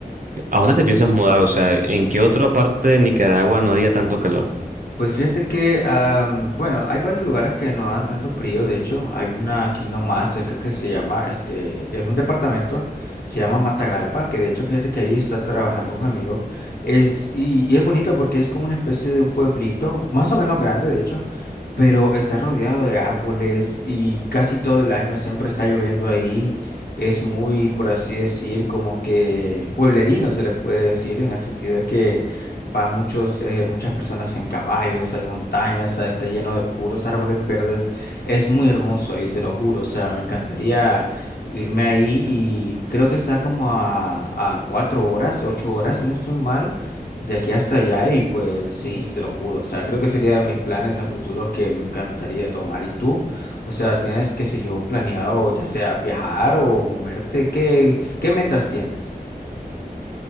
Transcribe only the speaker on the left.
Pues fíjate que, am, bueno, hay varios lugares que no dan tanto frío. De hecho, hay una aquí nomás cerca que se llama, este, es un departamento, se llama Matagalpa, que de hecho, fíjate que ahí está trabajando un amigo. Es, y, y es bonito porque es como una especie de un pueblito, más o menos grande, de hecho, pero está rodeado de árboles y casi todo el año siempre está lloviendo ahí. Es muy, por así decir, como que pueblerino se le puede decir en el sentido de que Van muchos, eh, muchas personas en caballos, hay montañas, ah, está lleno de puros árboles verdes. Es muy hermoso ahí, te lo juro. O sea, me encantaría irme ahí y creo que está como a, a cuatro horas, ocho horas, si no estoy mal, de aquí hasta allá. Y pues sí, te lo juro. O sea, creo que sería de mis planes a futuro que me encantaría tomar. ¿Y tú? O sea, ¿tienes, qué sé yo, planeado ya sea viajar o moverte? ¿Qué, qué metas tienes?